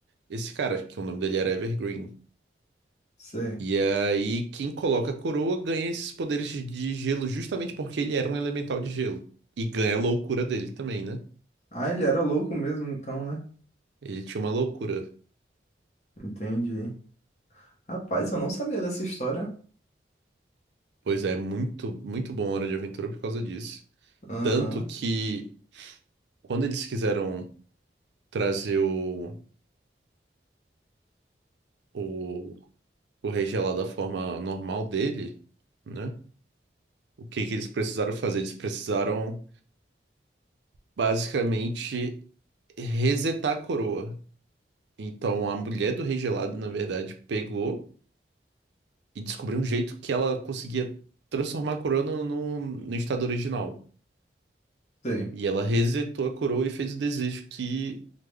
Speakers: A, on the right; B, on the left.
A: esse cara, que o nome dele era Evergreen.
B: Sei.
A: E aí, quem coloca a coroa ganha esses poderes de de gelo justamente porque ele era um elemental de gelo. E ganha a loucura dele também, né?
B: Ah, ele era louco mesmo, então, né?
A: Ele tinha uma loucura.
B: Entendi. Rapaz, eu não sabia dessa história.
A: Pois é, muito, muito bom Hora de Aventura por causa disso.
B: Aham.
A: Tanto que quando eles quiseram trazer o, o, o Rei Gelado da forma normal dele, né? O que que eles precisaram fazer? Eles precisaram basicamente resetar a coroa. Então a mulher do Rei Gelado, na verdade, pegou e descobriu um jeito que ela conseguia transformar a coroa no, no, no estado original.
B: Sei.
A: E ela resetou a coroa e fez o desejo que